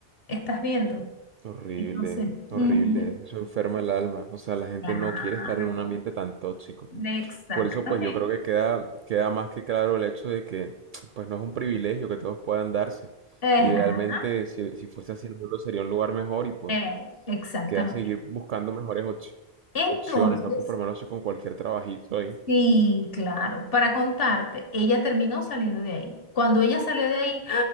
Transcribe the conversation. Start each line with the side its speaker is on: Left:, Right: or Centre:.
Left: ¿Estás viendo?
Right: Horrible,
Left: Entonces, ujú,
Right: horrible, eso enferma el alma, o sea, la gente
Left: claro,
Right: no quiere estar en un ambiente tan tóxico.
Left: exactamente.
Right: Por eso, pues yo creo que queda, queda más que claro el hecho de que, pues no es un privilegio que todos puedan darse.
Left: Ajá,
Right: Idealmente, si, si fuese así, el mundo sería un lugar mejor y pues
Left: eh, exactamente.
Right: queda seguir buscando mejores opci-
Left: Entonces,
Right: opciones, no conformarse con cualquier trabajito ahí.
Left: sí, claro, para contarte, ella terminó saliendo de ahí. Cuando ella salió de ahí,